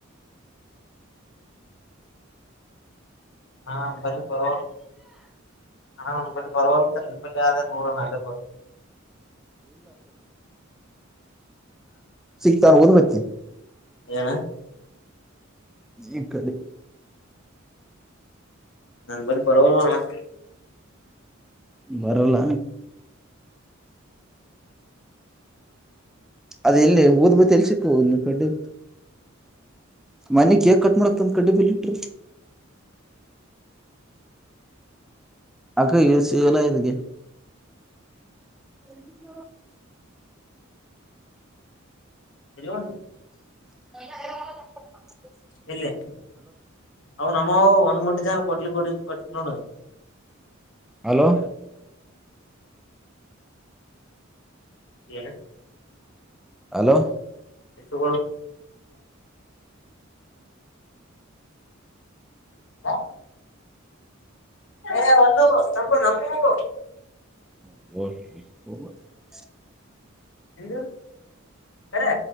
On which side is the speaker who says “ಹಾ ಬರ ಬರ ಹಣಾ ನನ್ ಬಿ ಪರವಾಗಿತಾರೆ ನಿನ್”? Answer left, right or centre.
Left